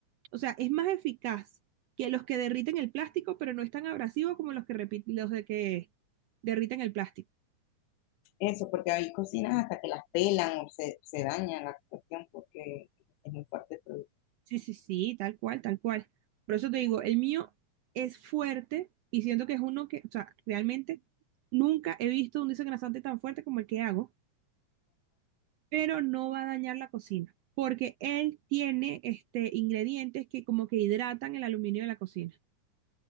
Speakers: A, on the right; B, on the left.
A: O sea, es más eficaz que los que derriten el plástico, pero no es tan abrasivo como los que, repi- los de que derriten el plástico.
B: Eso, porque hay cocinas hasta que las pelan o se, se daña la cuestión porque es muy fuerte el producto.
A: Sí, sí, sí, tal cual, tal cual. Por eso te digo, el mío es fuerte y siento que es uno que, o sea, realmente nunca he visto un desengrasante tan fuerte como el que hago, pero no va a dañar la cocina, porque él tiene este ingredientes que como que hidratan el aluminio de la cocina.